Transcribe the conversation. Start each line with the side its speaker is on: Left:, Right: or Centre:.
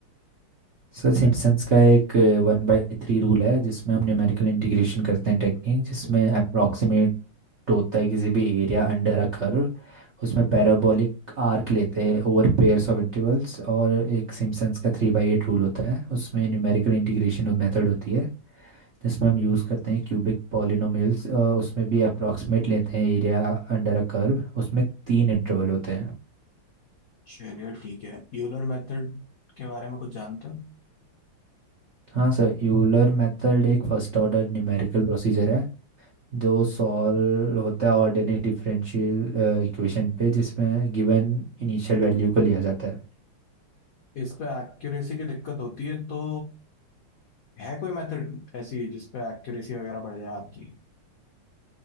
Right: सर सिम्पसन्स का एक वन बाई थ्री रूल है जिसमें हम न्यूमेरिकल इंटीग्रेशन करते हैं टेक्निक जिसमें अप्रोक्सीमेट होता है किसी भी एरिया अंडर अ कर्व उसमें पैराबोलिक आर्क लेते हैं ओवर पेयर्स ऑफ इंटरवल्स और एक सिम्पसन्स का थ्री बाई एट रूल होता है उसमें न्यूमेरिकल इंटीग्रेशन मेथड होती है जिसमें हम यूज़ करते हैं क्यूबिक पॉलिनोमियल्स उसमें भी अप्रॉक्सीमेट लेते हैं एरिया अंडर अ कर्व उसमें तीन इंटरवल होते हैं
Left: चलिए ठीक है यूलर मेथड के बारे में कुछ जानते हो
Right: हाँ सर यूलर मेथड एक फर्स्ट ऑर्डर न्यूमेरिकल प्रोसीजर है जो सॉल्व होता है ऑर्डिनरी डिफरेंशियल इक्वेशन पे जिसमें गिवन इनिशियल वैल्यू को लिया जाता है
Left: इस पे एक्यूरेसी की दिक्कत होती है तो है कोई मेथड ऐसी जिस पे एक्यूरेसी वगैरह बढ़ जाए आपकी